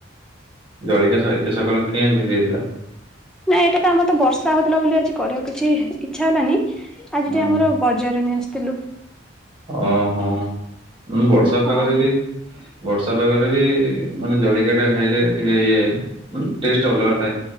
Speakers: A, on the right (about 25°); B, in the centre.
A: ଜଳିଖିଆ ଏତେ ସକାଳୁ କିଏ ଆଣିକି ଦେଇଥିଲା?
B: ନାଇଁ ଏଇଟା ତ ଆମର ତ ବର୍ଷା ହଉଥିଲା ବୋଲି ଆଜି କରିବାକୁ କିଛି ଇଚ୍ଛା ହେଲାନି। ଆଜିଟି
A: ହୁଁ
B: ଆମର ବଜାର ନେଇ ଆସିଥିଲୁ।
A: ଓହୋଁ ବର୍ଷା
B: ହଁ।
A: ପାଗରେ ବି ବର୍ଷା ପାଗରେ ବି ମାନେ ଜଳିକିଆ ଟା ଖାଇଲେ ଟିକେ ଇଏ ମାନେ ଟେଷ୍ଟ ଅଲଗା ଥାଏ।